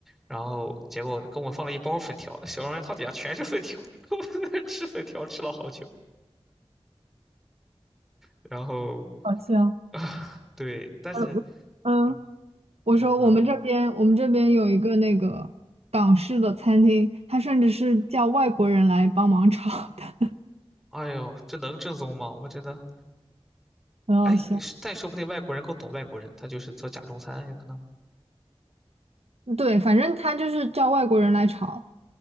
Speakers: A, in the centre; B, on the right (about 80°).
A: 然后结果跟我放了一包粉条，小肉丸汤底下全是粉条，<laughs> 我在那儿吃粉条吃了好久。然后
B: 好笑。
A: 啊，<laughs> 对，但是
B: 嗯嗯，
A: 嗯，
B: 我说我们这边，
A: 我们
B: 我们这边有一个那个港式的餐厅，它甚至是叫外国人来帮忙炒的，
A: 哎呦，这能正宗吗？我真的
B: 很好笑。
A: 哎，是但说不定外国人更懂外国人，他就是做假中餐，有可能
B: 对，反正他就是叫外国人来炒，